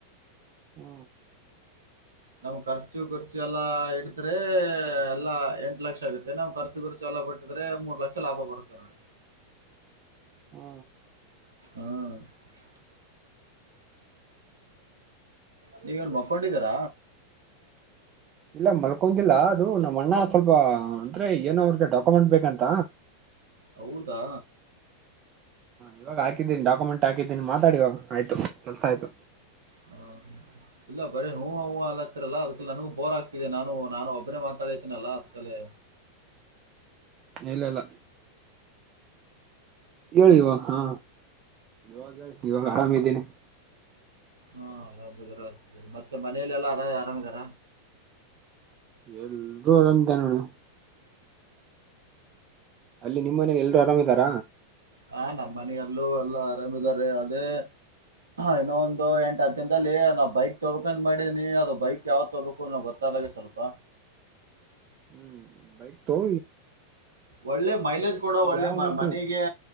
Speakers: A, on the right (about 30°); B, on the right (about 70°).
A: ಹ್ಮ
B: ನಮ್ ಖರ್ಚು ಗಿರ್ಚು ಎಲ್ಲಾ ಹಿಡಿದ್ರೆ ಎಲ್ಲಾ ಎಂಟ್ ಲಕ್ಷ ಆಗುತ್ತೆ ನಮ್ ಖರ್ಚು ಗಿರ್ ಚೆಲ್ಲ ಬಿಟ್ಟಿದ್ರೆ ಮೂರ್ ಲಕ್ಷ ಲಾಭ ಬರುತ್ತೆ ನೋಡಿ.
A: ಹ್ಮ
B: ಹ್ಮ್ ನೀವೇನ್ ಮಕ್ಕೊಂಡಿದಿರಾ.
A: ಇಲ್ಲ ಮಲ್ಕೊಂದಿಲ್ಲ ಅದು ನಮ್ಮ ಅಣ್ಣ ಸ್ವಲ್ಪ ಅಂದ್ರೆ ಏನೋ ಅವ್ರಿಗೆ ಡಾಕ್ಯುಮೆಂಟ್ ಬೇಕಂತ
B: ಹೌದಾ
A: ಇವಾಗ್ ಹಾಕಿದೀನ್ ಡಾಕ್ಯುಮೆಂಟ್ ಹಾಕಿದ್ದಿನಿ ಮಾತಾಡಿವಾಗ ಆಯ್ತ ಕೆಲ್ಸ ಆಯ್ತು.
B: ಹ ಇಲ್ಲ ಬರೀ ಹೂ ಹೂವು ಅಲ್ಲತ್ತರಲ್ಲ ಅದಕ್ಕ ನನಗೂ ಬೋರ್ ಆಗ್ ದೆ ನಾನು ನಾನು ಒಬ್ಬನೇ ಮಾತಾಡತೀನಲ್ಲ ಅದ್ಕಲೆ
A: ಇಲ್ಲಲ್ಲ. ಹೇಳಿ ಇವಾಗ ಹಾ ಇವಾಗ ಇವಾಗ್ ಆರಾಮ ಇದ್ದೀನಿ.
B: ಹಾ ಅರಾಮಿದ್ದಾರೆ <unintelligible> ಮತ್ತೆ ಮನಲೆಲ್ಲಾ ಆರದ್ ಆರಾಮಿದಾರ.
A: ಎಲ್ರೂ ಆರಾಮಿದಾರ್ <unintelligible> ಅಲ್ಲಿ ನಿಮ್ ಮನೇಲಿ ಎಲ್ರು ಆರಾಮ್ ಇದಾರ.
B: ಹಾ ನಮ್ಮ ಮನೆಯಲ್ಲೂ ಎಲ್ಲು ಆರಾಮಿದಾರೆ ಅದೇ ಇನ್ನೊ ಒಂದು ಎಂಟು ಹತ್ತು ದಿನದಲ್ಲಿ ನಾವ್ ಬೈಕ್ ತೊಗಬೇಕಂತ್ ಮಾಡಿನಿ ಅದು ಬೈಕ್ ಯಾವ್ದ ತಗೋಬೇಕು ಅನ್ನೋದ್ ಗೊ ತಾದಗೆ ಸ್ವಲ್ಪ
A: ಹ್ಮ್ ಬೈಕ್ಟೊ.
B: ಒಳ್ಳೆ ಮೈಲೇಜ್ ಕೊಡೊ ಒಳ್ಳೆ
A: ಯಾವ ವೆಹಿಕಲ್
B: ಮನಿಗೆ.